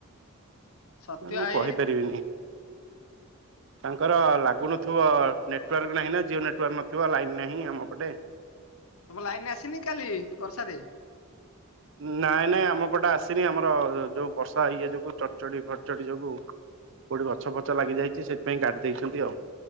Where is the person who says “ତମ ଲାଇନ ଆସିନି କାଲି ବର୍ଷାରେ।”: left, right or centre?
Left